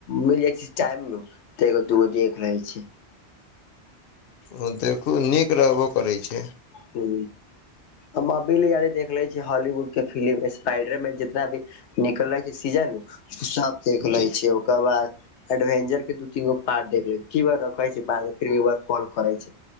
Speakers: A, on the left (about 80°); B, on the left (about 60°).
A: मिल जाइ छै टाइम नु तऽ एगो दूगो देख लै छी
B: हं देखू नीक रहबो करै छै
A: हू हम अभी ले हाले देख लै छियै हॉलीवुड के फिलिम स्पाइडर मैन जितना भी निकलै छै सीजन नु से सब देख
B: जी
A: लै छी ओ ओकर बाद एडवेंजर के दू तीन गो पार्ट देख लै ठीक बा रखै छी बाद में फिर एक बार कॉल करै छी